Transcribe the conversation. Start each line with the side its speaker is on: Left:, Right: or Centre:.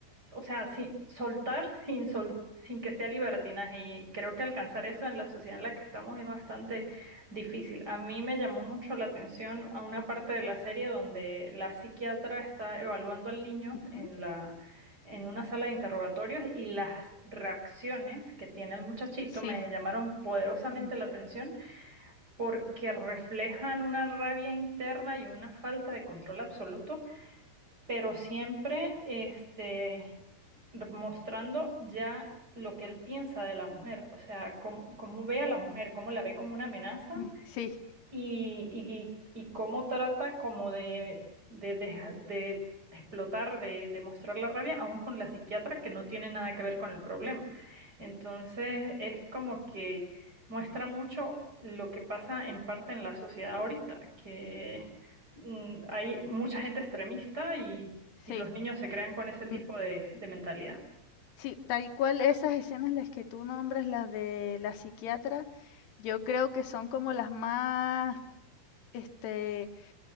Right: o sea, sin, soltar sin, sol- sin que sea libertinaje. Y creo que alcanzar eso en la sociedad en la que estamos es bastante difícil. A mí me llamó mucho la atención a una parte de la serie donde la psiquiatra está evaluando al niño
Left: ujú,
Right: en la, en una sala de interrogatorios y las reacciones que tiene el muchachito
Left: Sí,
Right: me llamaron poderosamente
Left: mm,
Right: la atención porque reflejan una rabia interna y una falta de control absoluto pero siempre este mostrando ya lo que él piensa de la mujer, o sea, cómo, cómo ve a la mujer, cómo la ve como una amenaza
Left: mm, sí,
Right: y, y, y cómo trata como de, de, deja- de explotar, de, de mostrar la rabia, aún con la psiquiatra que no tiene nada que ver con el problema. Entonces, es como que muestra mucho lo que pasa en parte en la sociedad ahorita, que mm, hay mucha gente extremista y,
Left: sí,
Right: y los niños se crean con ese tipo
Left: mm,
Right: de de mentalidad.
Left: sí, tal cual esas escenas las que tú nombras, las de la psiquiatra, yo creo que son como las más, este,